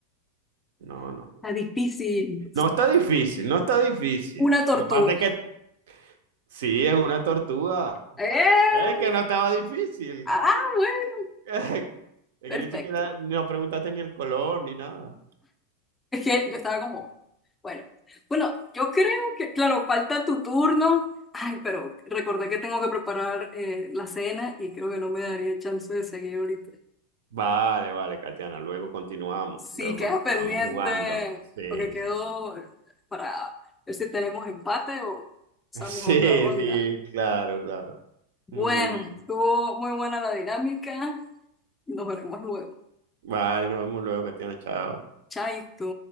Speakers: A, on the right; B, on the left.
A: No, no.
B: Es difícil.
A: No está difícil, no está difícil.
B: Una tortuga.
A: Lo que pasa es que sí, es una tortuga.
B: ¡Eh!
A: Es que no estaba difícil.
B: Ah, bueno,
A: <laughs> Es
B: perfecto.
A: que ni siquiera nos preguntaste ni el color ni nada.
B: Es que yo estaba como, bueno, bueno, yo creo que, claro, falta tu turno. Ay, pero recordé que tengo que preparar eh, la cena y creo que no me daría chance de seguir ahorita.
A: Vale, vale, Katiana. Luego continuamos.
B: Sí,
A: Luego
B: queda
A: continuamos
B: pendiente,
A: jugando. Sí,
B: porque quedó
A: sí.
B: para ver si tenemos empate o pasamos
A: <laughs> Sí,
B: a otra ronda.
A: sí, claro, claro.
B: Bueno,
A: Muy, muy
B: estuvo
A: bien.
B: muy buena la dinámica. Nos veremos luego.
A: Vale, nos vemos luego, Katiana. Chao.
B: Chaito.